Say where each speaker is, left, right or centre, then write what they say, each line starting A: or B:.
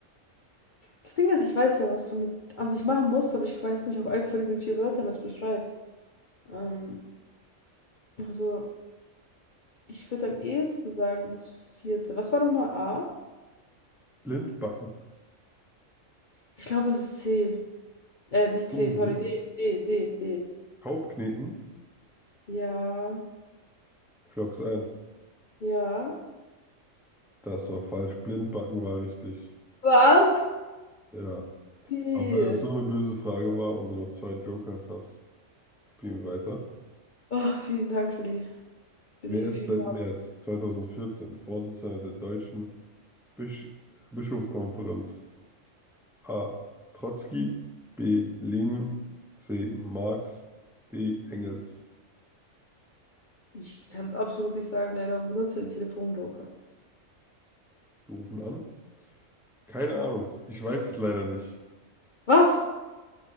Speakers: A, on the left; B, in the centre.
A: das Ding ist, ich weiß ja, was du mit an sich machen musst, aber ich weiß nicht, ob eins von diesen vier Wörtern das beschreibt. Ähm, also. Ich würde am ehesten sagen, das vierte. Was war nochmal A?
B: Blindbacken.
A: Ich glaube, es ist C. Äh, nicht
B: Stummrühren.
A: C, sorry, D, D, D, D.
B: Taubkneten?
A: Ja,
B: Ich logg's ein.
A: ja.
B: Das war falsch. Blindbacken war richtig.
A: Was?
B: Ja.
A: D.
B: Aber weil das so eine böse Frage war und du noch zwei Jokers hast, spielen wir weiter.
A: Oh, vielen Dank für die, für
B: Wer
A: die,
B: ist
A: für die
B: seit
A: genaue.
B: März 2014 Vorsitzender der Deutschen Bisch Bischofskonferenz? A. Trotzki. B. Lenin. C. Marx. D. Engels.
A: Ich kann es absolut nicht sagen, leider, und benutze den Telefonjoker.
B: Wir rufen an. Keine Ahnung. Ich weiß es leider nicht.
A: Was?